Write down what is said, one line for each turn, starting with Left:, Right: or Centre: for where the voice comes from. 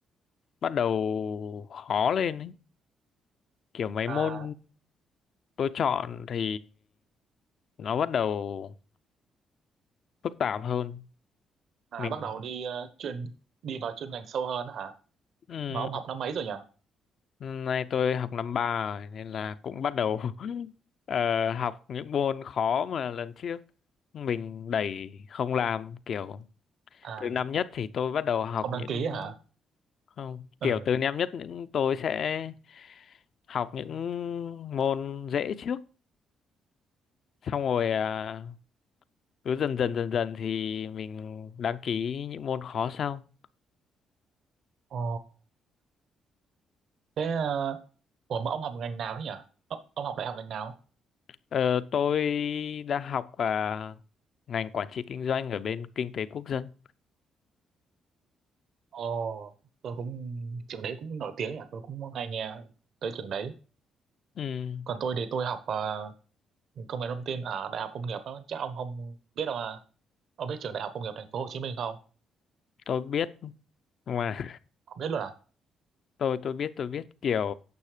Left: bắt đầu khó lên ấy. Kiểu mấy
Right: à,
Left: môn tôi chọn thì nó bắt đầu phức tạp hơn.
Right: à
Left: Mình
Right: bắt đầu đi ờ, chuyên đi vào chuyên ngành sâu hơn á hả
Left: ừ,
Right: mà ông học năm mấy rồi nhỉ <laughs>
Left: Nay tôi học năm ba rồi nên là cũng bắt đầu <laughs> ờ, học những môn khó mà lần trước mình đẩy không làm kiểu
Right: à
Left: từ năm nhất thì tôi bắt đầu học
Right: không đăng
Left: những
Right: ký hả
Left: không
Right: ừ
Left: kiểu từ năm nhất những tôi sẽ học những môn dễ trước xong rồi à, cứ dần dần dần dần thì mình đăng ký những môn khó sau.
Right: ồ thế uh, ủa mà ông học ngành nào thế nhỉ ông ông học đại học ngành nào
Left: Ờ, tôi đang học à, ngành quản trị kinh doanh ở bên kinh tế quốc dân.
Right: Ồ, tôi cũng trường đấy cũng nổi tiếng nhỉ, tôi cũng hay nghe tới trường đấy.
Left: Ừ,
Right: Còn tôi thì tôi học ờ, công nghệ thông tin ở Đại học Công nghiệp đó, chắc ông không biết đâu à? Ông biết trường Đại học Công nghiệp Thành phố Hồ Chí Minh không?
Left: tôi biết mà
Right: Không biết luôn à?
Left: tôi tôi biết tôi biết kiểu